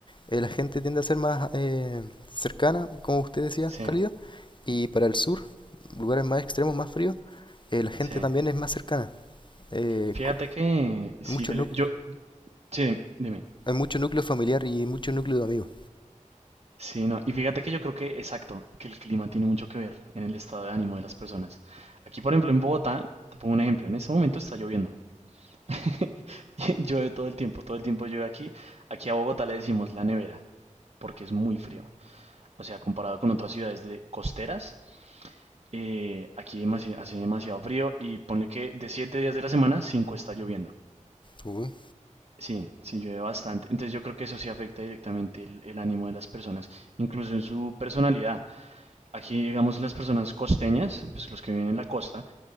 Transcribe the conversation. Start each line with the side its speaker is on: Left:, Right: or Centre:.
Left: eh, la gente tiende a ser más eh, cercana, como usted decía,
Right: sí,
Left: cálida. Y para el sur, lugares más extremos, más fríos, eh, la gente
Right: sí.
Left: también es más cercana. Eh,
Right: Fíjate
Left: co-
Right: que, sí,
Left: mucho
Right: Felipe,
Left: nu-
Right: yo, sí, dime.
Left: hay mucho núcleo familiar y mucho núcleo de amigos.
Right: Sí, no, y fíjate que yo creo que, exacto, que el clima tiene mucho que ver en el estado de ánimo de las personas. Aquí, por ejemplo, en Bogotá, te pongo un ejemplo, en este momento está lloviendo. <laughs> Llueve todo el tiempo, todo el tiempo llueve aquí. Aquí a Bogotá le decimos la nevera. porque es muy frío. O sea, comparado con otras ciudades de costeras, eh, aquí demasi- hace demasiado frío y ponle que de 7 días de la semana, 5 está lloviendo.
Left: Uy,
Right: Sí, sí llueve bastante. Entonces yo creo que eso sí afecta directamente el, el ánimo de las personas, incluso en su personalidad. Aquí, digamos, las personas costeñas, pues los que viven en la costa,